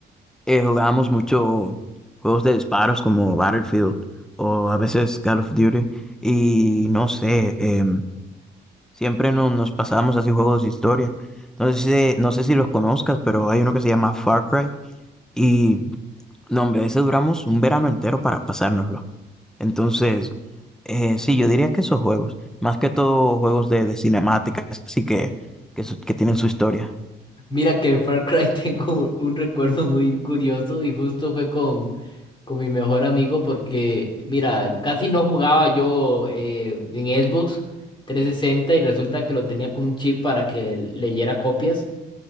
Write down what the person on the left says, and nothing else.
Mira que en Far Cry <laughs> tengo un, un recuerdo muy curioso y justo fue con, con mi mejor amigo porque, mira, casi no jugaba yo eh, en Xbox 360 y resulta que lo tenía con un chip para que leyera copias.